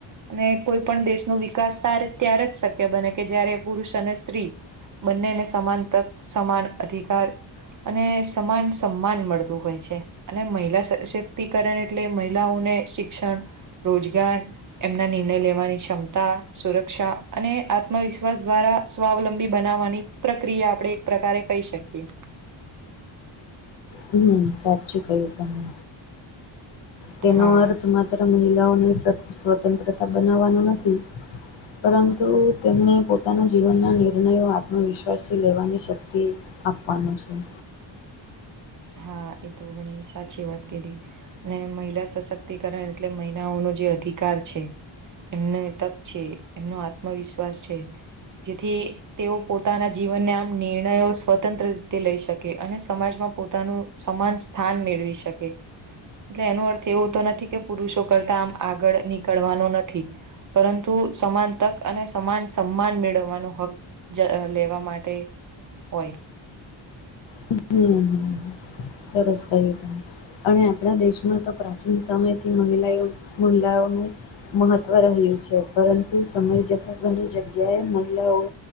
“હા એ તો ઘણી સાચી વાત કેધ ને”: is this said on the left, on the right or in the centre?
Right